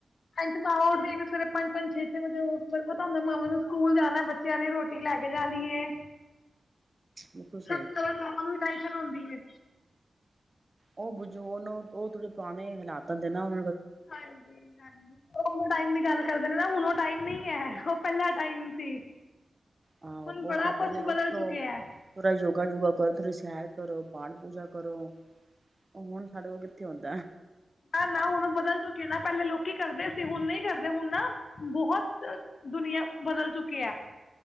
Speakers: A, on the left (about 70°); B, on the right (about 40°).
A: ਹਂਜੀ ਮਾਮਾਂ ਉੱਠਦੇ ਸਵੇਰੇ ਪੰਜ ਪੰਜ ਛੇ ਛੇ ਵਜੇ ਮ ਪਤਾ ਹੁੰਦਾ ਮਾਵਾਂ ਨੂੰ ਸਕੂਲ ਜਾਣਾ ਬੱਚਿਆਂ ਨੇ ਰੋਟੀ ਲੈ ਕੇ ਜਾਣੀ ਹੈ
B: ਬਿਲਕੁਲ ਸਹੀ
A: ਸਭ ਤੋਂ ਮਾਵਾਂ ਨੂੰ ਟਾਈਸ਼ਨ ਣਾਉਂਦੀ ਏ
B: ਉਹ ਬੁਝੂ ਉਹ ਉਹ ਥੋੜੇ ਪੁਆਣੇ ਹਾਲਾਤਾਂ ਦੇ ਨਾ ਉਹ
A: ਹਾਂਜੀ ਹਾਂਜੀ ਟਾਈਮ ਦੀ ਗੱਲ ਕਰਦੇ ਨੇ ਨਾ ਹੁਣ ਉਹ ਟਾਈਮ ਨਹੀਂ ਹੈ ਉਹ ਪਹਿਲਾ ਟਾਈਮ ਸੀ
B: ਆਹ
A: ਹੁਣ ਬੜਾ
B: ਉਹ ਕਹਿੰਦੇ
A: ਕੁਛ
B: ਨੇ ਉਠੋ
A: ਬਦਲ ਚੁੱਕਿਆ ਹੈ
B: ਥੋੜਾ ਯੋਗਾ ਯੋਗਾ ਕਰੋ ਥੋੜੀ ਸੈਰ ਕਰੋ ਪਾਠ ਪੂਜਾ ਕਰੋ ਓਹ ਹੋਣ ਸਾਡੇ ਕੋਲ ਕਿੱਥੇ ਹੋਂਦੈ?
A: ਨਾ ਨਾ ਹੁਣ ਬਦਲ ਚੁੱਕੇ ਨਾ ਪਹਿਲੇ ਲੋਕੀ ਕਰਦੇ ਸੀ ਹੁਣ ਨਹੀਂ ਕਰਦੇ ਹੁਣ ਨਾ, ਬਹੋਤ ਦੁਨੀਆਂ ਬਦਲ ਚੁੱਕੀ ਏ,